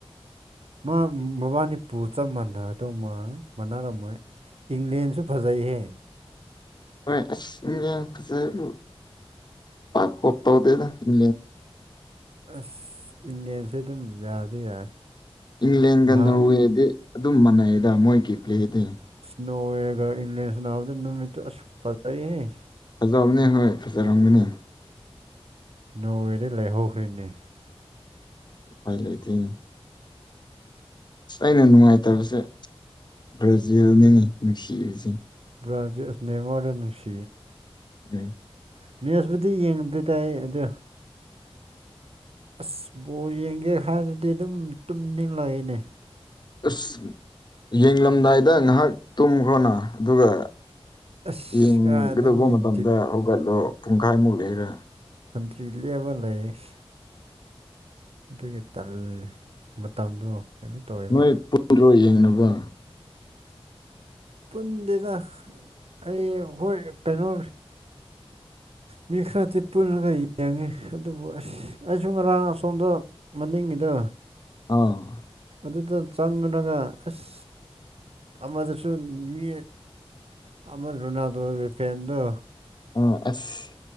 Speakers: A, on the right; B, on the left.
A: ꯃꯥ ꯃꯕꯥꯅꯤ ꯄꯨ ꯆꯞ ꯃꯥꯟꯅꯒꯗꯧ ꯃꯥ ꯃꯥꯟꯅꯔꯝꯃꯣꯏ ꯏꯪꯂꯦꯟꯁꯨ ꯐꯖꯩꯍꯦ
B: ꯍꯣꯏ ꯑꯁ ꯃ ꯌꯥꯝ ꯐꯖꯕꯨ ꯄ ꯍꯞꯇꯥꯕꯗꯗ ꯏ
A: ꯑꯁ ꯏꯪꯂꯦꯟꯁꯦ ꯑꯗꯨꯝ ꯌꯥꯗꯤ ꯌꯥꯏ
B: ꯏꯪꯂꯦꯟꯒ
A: ꯅꯍꯥꯟ
B: ꯅꯣꯔꯋꯦꯗꯤ ꯑꯗꯨꯝ ꯃꯥꯟꯅꯩꯗ ꯃꯣꯏꯒꯤ ꯄ꯭ꯂꯦꯗꯤ
A: ꯅꯣꯡꯋꯦꯒ ꯏꯂ ꯁꯅꯥꯗꯅꯃꯤꯇ ꯐꯦ
B: ꯐꯖꯕꯅꯦ ꯍꯣꯏ ꯐꯖꯔꯝꯒꯅꯤ
A: ꯅꯣꯡꯗꯤ ꯂꯩꯍꯧꯈ꯭ꯔꯤꯅꯦ
B: ꯐꯥꯏ ꯂꯩꯇꯅ ꯑꯁ ꯑꯩꯅ ꯅꯨꯡꯉꯥꯏꯇꯕꯁꯦ ꯒ꯭ꯔꯦꯖꯨ ꯑꯣꯏꯅꯤꯡꯉꯤ ꯅꯨꯡꯁꯤꯔꯤꯁꯤ
A: ꯕ꯭ꯔꯥꯖ ꯅꯦꯝꯃꯥꯗ ꯅꯨꯡꯁꯤ
B: ꯎꯝ
A: ꯃꯦꯁꯕꯨꯨꯗꯤ ꯌꯦꯡꯗꯗꯤ ꯇꯥꯏ ꯑꯗꯨ ꯑꯁ ꯕꯣꯔ ꯌꯦꯡꯒꯦ ꯍꯥꯏꯔꯗꯤ ꯑꯗꯨꯝ ꯇꯨꯝꯅꯤꯡꯂꯛꯏꯅꯦ
B: ꯑꯁ ꯌꯦꯡꯂꯝꯗꯥꯏꯗ ꯉꯥꯏꯍꯥꯛ ꯇꯨꯝꯈ꯭ꯔꯣꯅ ꯑꯗꯨꯒ
A: ꯑꯁ
B: ꯌꯦꯡꯒꯗꯧꯕ
A: ꯀꯥꯏꯗꯒꯤ
B: ꯃꯇꯝꯗ
A: ꯗꯤꯞ
B: ꯍꯧꯒꯠꯂꯣ ꯄꯨꯡꯈꯥꯏꯃꯨꯛ ꯂꯩꯔꯦ
A: ꯏꯁꯔꯤꯂꯤꯌꯥꯕꯗꯥꯏꯁ ꯑꯗꯨꯒꯤ ꯇ ꯃꯇꯝꯗꯣ ꯀꯩꯅꯣ ꯇꯧꯋꯦꯕ
B: ꯅꯣꯏ <unintelligible> ꯌꯦꯡꯅꯕ
A: ꯄꯨꯟꯗꯦꯗ ꯑꯩ ꯍꯣꯏ ꯀꯩꯅꯣ
B: <inaudible>
A: ꯃꯤ ꯈꯔꯗꯤ ꯄꯨꯜꯂꯒ ꯌꯦꯡꯉꯤ ꯑꯗꯨꯕꯨ ꯑꯁ ꯑꯩꯁꯨ ꯉꯔꯥꯡ ꯑꯁꯣꯝꯗ ꯃꯅꯤꯡꯉꯤꯗ
B: ꯑꯥ
A: ꯑꯗꯨꯗ ꯆꯪꯔꯒ ꯑꯁ ꯑꯃꯗꯁꯨ ꯃꯤ ꯑꯃꯥ ꯔꯣꯅꯥꯜꯗꯣꯒꯤ ꯐꯦꯟꯗꯨ
B: ꯑꯣ ꯑꯁ